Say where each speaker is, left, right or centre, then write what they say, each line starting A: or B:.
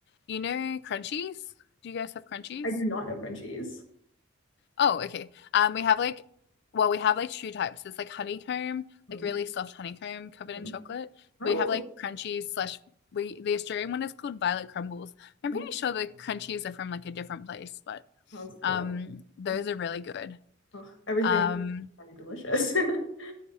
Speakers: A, on the left; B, on the left.
A: you know crunchies? Do you guys have crunchies?
B: I do not know crunchies.
A: Oh, okay. Um we have like well, we have like two types. It's like honeycomb,
B: Mm,
A: like really soft honeycomb covered
B: mm.
A: in chocolate.
B: Oh,
A: We have like crunchies slash we the Australian one is called Violet Crumbles. I'm
B: well,
A: pretty sure the crunchies are from like a different place, but
B: sounds good.
A: um those
B: Oh,
A: are really good.
B: ugh, everything
A: Um
B: sounding delicious. <laughs>